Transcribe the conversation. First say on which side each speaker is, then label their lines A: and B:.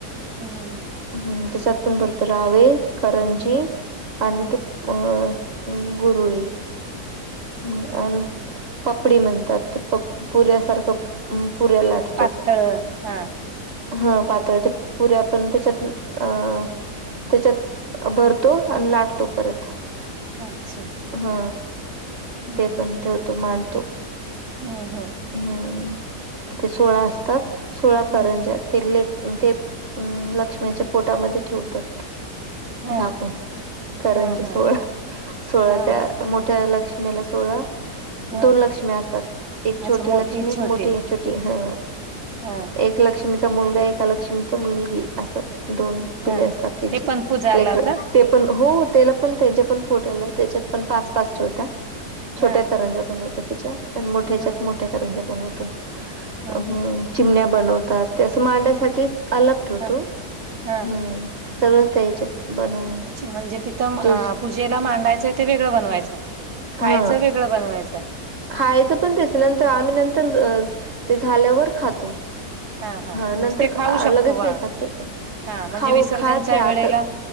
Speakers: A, on the right; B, on the right.
A: हम्म
B: हम्म त्याच्यात पण
A: ते-
B: भर रावे, करंजी
A: हम्म
B: आणि
A: हम्म
B: ते अ गुरुळी. हम्म अन पपडी म्हणतात ते प पुऱ्यासारखं पुऱ्या लाट
A: पातळ हा
B: हं पातळत ते पुऱ्या आपण त्याच्यात अं त्याच्यात भरतो आणि लाटतो परत
A: अच्छा
B: हा
A: हम्म
B: ते पण ठेवतो मांडतो.
A: हम्म हा.
B: हम्म तिथे सोळा असतात. सोळा
A: हम्म
B: करंजा ते ले ते लक्ष्मीच्या पोटामध्ये ठेवतात.
A: हा
B: झाकून करंजा
A: हा हा
B: सोळा सोळा
A: हा
B: त्या मोठ्या लक्ष मिला सोळा
A: हा
B: दोन लक्ष्मी असतात एक
A: अच्छा
B: छोटी
A: मोठी
B: लक्ष्मी एक
A: छोटी
B: मोठी छोटी हा
A: हा
B: एक लक्ष्मीचा मुलगा एका लक्ष्मीच मुलगी असं दोन पिल्ले
A: हा
B: असतात त्यांची
A: ते पण पूजाला
B: लेकरं
A: होतात
B: ते पण हो त्याला पण त्यांच्या पण पोटाला त्याच्यात पण पाच पाच ठेवतात. छोट्या
A: हा
B: करंजा बनवतात त्याच्या आणि मोठ्याच्यात
A: हा
B: मोठ्या करंजा बनवतो
A: हा
B: अ हम्म चिमण्या बनवतात ते असं मांडायसाठी अलग ठेवतो
A: हा हा
B: हम्म सगळंच ते याच्यात बनवून
A: अच्छा म्हणजे तिथं अ
B: ते
A: पूजेला मांडायचंय ते वेगळं बनवायचं. खायचं
B: हा
A: वेगळं बनवायचं
B: खायचं पण त्याच नंतर आम्ही नंतर ते झाल्यावर खातो.
A: हा हा म्हणजे
B: नंतर
A: ते खाऊ
B: अ
A: शकतो
B: लगेच
A: वा
B: नाही खात ते.
A: हा म्हणजे
B: खाऊ
A: विसर्जनच्या
B: खात नाही आता
A: वेळेला